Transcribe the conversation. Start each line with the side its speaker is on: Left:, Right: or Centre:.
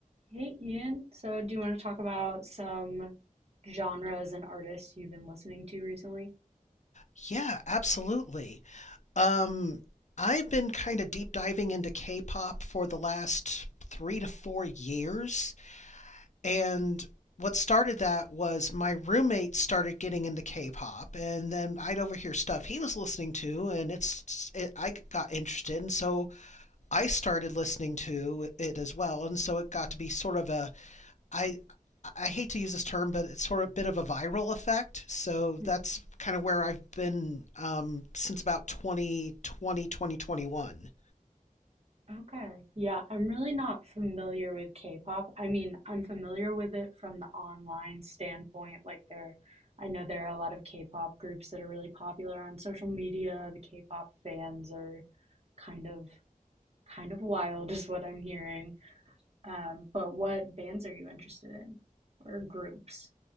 Right: Hey Ian, so do you want to talk about some genres and artists you've been listening to recently?
Left: Yeah, absolutely. Um, I've been kind of deep diving into K-pop for the last three to four years, and what started that was my roommate started getting into K-pop, and then I'd overhear stuff he was listening to, and it's it, I got interested, and so I started listening to it as well, and so it got to be sort of a I I hate to use this term, but it's sort of a bit of a viral effect. So
Right: Mhm.
Left: that's kind of where I've been um, since about twenty twenty 2021.
Right: Okay. Yeah, I'm really not familiar with K-pop. I mean, I'm familiar with it from the online standpoint. Like there, I know there are a lot of K-pop groups that are really popular on social media. The K-pop fans are kind of kind of wild <laughs> is what I'm hearing. Um, but what bands are you interested in or groups?